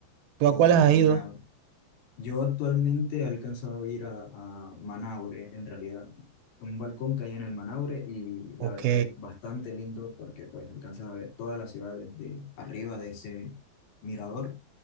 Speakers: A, on the right; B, on the left.
A: ¿Tú
B: o
A: a cuáles
B: alguna
A: has ido?
B: Yo actualmente he alcanzado a ir a, a Manaure, en realidad, un balcón que hay en el Manaure y la
A: Ok,
B: verdad es bastante lindo porque pues alcanzas a ver toda la ciudad desde arriba de ese mirador